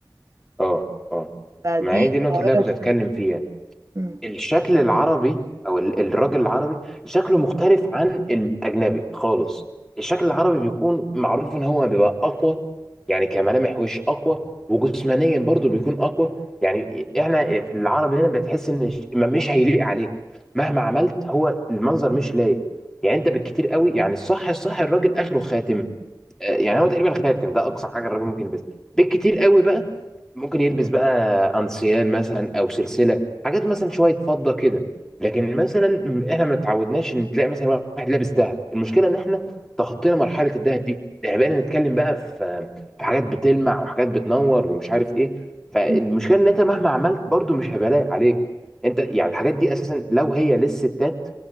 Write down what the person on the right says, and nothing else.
فدي
ظاهره
تانية
مم.
مم.